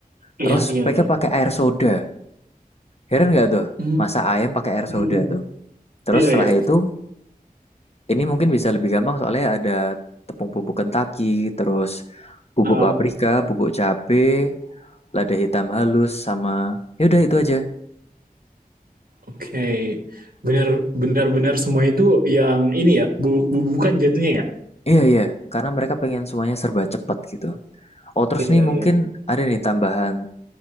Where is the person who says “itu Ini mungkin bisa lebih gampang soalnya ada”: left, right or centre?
Left